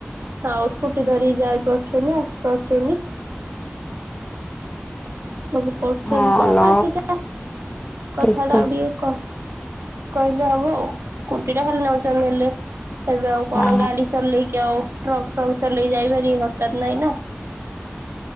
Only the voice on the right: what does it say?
ଆଉ ସ୍କୁଟି ଧରିିକି ଯାଇ ପାରୁଚନ୍ତି ଆସିପାରୁଚନ୍ତି ସବୁ କରୁଛନ୍ତି
ଆଉ
ପାଟିଟା କଥା
ଗୁଡା ଆଉ ଟିକେ କହ କହିଲେ ହବ ଆଉ। ସ୍କୁଟି ଟା ଖାଲି ନଉଚନ୍ତି ନେଲେ ଏବେ ଆଉ କଣ
ଗାଡି ଚଲେଇକି ଆଉ ଟ୍ରକ୍ ଫ୍ରକ୍ ଚଲେଇ ଯାଇପାରିବେ ହଠାତ୍ ନାଇଁ ନା